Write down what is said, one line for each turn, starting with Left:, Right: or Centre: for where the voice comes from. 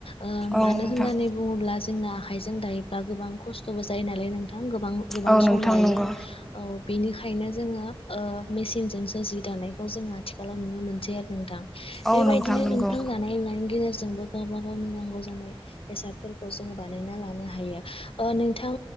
Left: ओ
Centre: औ
Left: मानो
Centre: नोंथां
Left: होननानै बुङोब्ला जोंना आखाइजों दायोब्ला गोबां खस्थ'बो जायो नालाय नोंथां गोबां गोबां
Centre: औ
Left: सम
Centre: नोंथां
Left: लायो
Centre: नंगौ
Left: औ बेनिखायनो जोङो ओ मेसिनजोंसो जि दानायखौ जोङो आथिखालाव नुनो मोनसै आरो नोंथां
Centre: औ
Left: बेबायदिनो
Centre: नंगौ
Left: नोंथां दानाय लुनायनि गेजेर जोंबो गावबा गावनि नांगौ जानाय बेसादफोरखौ जोङो बानायना लानो हायो ओ नोंथां